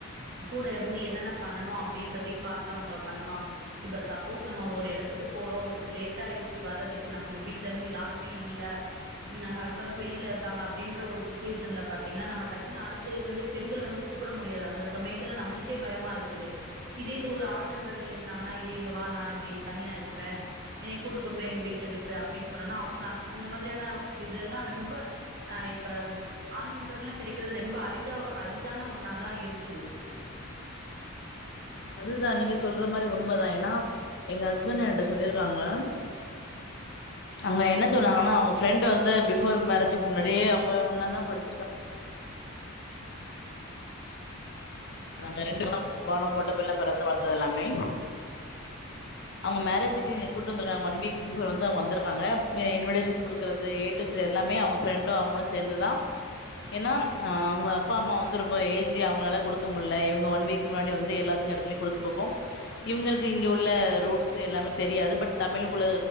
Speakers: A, on the right; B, on the left.
A: கூட இருந்து என்னென்ன பண்ணனும் அப்டின்றதையும் பாத்து அவுங்க பண்ணுவாங்க இப்ப சப்போஸ் நம்ம ஒரு இடத்துக்கு போறோம் லேடட்ட ஆயிடுச்சு வர்றதுக்கு நம்ம வீட்ல இருந்து யாருமே இல்ல ஹஸ்பண்டும் வெளில இருக்காங்க அப்டின்ற ஒரு சுச்சுவேஷன்ல பாத்தீங்கன்னா நம்ம டக்குன்னு அத்து வந்து பெண்களை வந்து கூப்பிட முடியாது அந்த சமயத்துல நம்மளுக்கே பயமா இருக்குது இதே இது ஒரு ஆண் நண்பர்கள் இருந்தாங்கன்னா ஏ இங்க வா நா இப்படி தனியா இருக்கிறேன் என் கூட்டுக்கொண்டு போய் எங்க வீட்டுல விட்டுரு அப்டின்னு சொன்னனா அவுங்க அந்த அந்த மாதிரி இத இதெல்லாம் ரொம்ப ஹா இப்ப ஆண் நண்பர்கள்யெல்லாம் கிடைக்கிறது ரொம்ப அரிதா-அரிதான ஒன்னாதான் இருக்குது
B: இதுதான் நீங்க சொல்ற மாதிரி உண்மைதான் ஏனா எங்க ஹஸ்பண்ட் எகிட்ட சொல்லிருக்காங்க அங்க என்ன சொன்னாங்கன்னா அவுங்க ப்ரெண்ட் வந்து பிபோர் மேரேஜக்கு முன்னாடி அவுங்க ஒன்னாதான் படிச்சிருக்காங்க <unintelligible> பொறந்து வளந்த யெல்லாமே அவுங்க மேரேஜக்கு கூட்டு வந்துருக்காங்க ஒன் வீக் பிபோர் அவுங்க வந்துருக்காங்க இன்விடேஷன் கொடுக்கிறது ஏ டு இசட் எல்லாமே அவுங்க பிரண்டும் அவுங்களும் சேந்துதான் ஏனா அவுங்க அப்பா அம்மா ரொம்ப ஏஜ்ஜூ அவங்களால குடுக் ஏது முடில இவங்க ஒன் வீக் முன்னாடி வந்து எல்லாத்துக்கு இடத்தில கொடுக்கங்க போபோம் இவங்களுக்கு இங்க உள்ள ரூட்ஸ் எல்லாமே தெரியாது பட் தமிழக்குள்ள